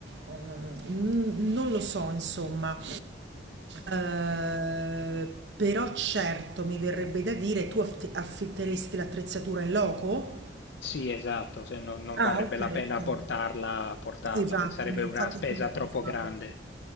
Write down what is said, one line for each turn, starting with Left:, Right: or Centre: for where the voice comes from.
Right: Ehm, Non lo so, insomma. Eh, però certo mi verrebbe da dire, tu affi- affitteresti l'attrezzatura in loco?
Left: Sì, esatto, se no non
Right: Ah,
Left: varrebbe
Right: okay,
Left: la pena
Right: okay.
Left: portarla, portarla,
Right: Sì, vacuolo,
Left: cioè sarebbe
Right: infatti
Left: una spesa
Right: è quello
Left: troppo
Right: che pensavo.
Left: grande.